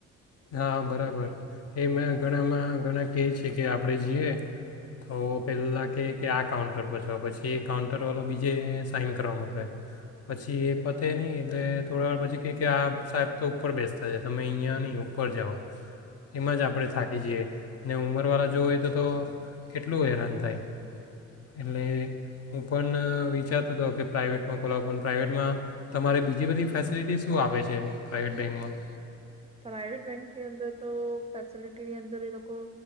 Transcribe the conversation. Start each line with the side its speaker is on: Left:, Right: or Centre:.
Left: હા બરાબર, એ મેં ઘણામાં ઘણાં કહે છે કે આપણે જઈએ તો પહેલાં કહે કે આ કાઉન્ટર પર જાઓપછી એ કાઉન્ટરવાળો બીજે સાઇન કરવા મોકલે, પછી એ પતે નહીં એટલે થોડા વાર પછી કહે કે આ સાહેબ તો ઉપર બેસતા છે, તમે અહીંયા નહીં ઉપર જાઓ. એમાં જ આપણે થાકી જઈએ, ને ઉંમરવાળા જો હોય તો તો કેટલું હેરાન થાય, એટલે હું પણ વિચારતો હતો કે પ્રાઇવેટમાં ખોલાવું પણ, પ્રાઇવેટમાં તમારે બીજી બધી ફેસિલિટી શું આપે છે? પ્રાઇવેટ બેંકમાં?
Right: પ્રાઈવેટ બેંકની અંદર તો ફેસિલિટીની અંદર એ લોકો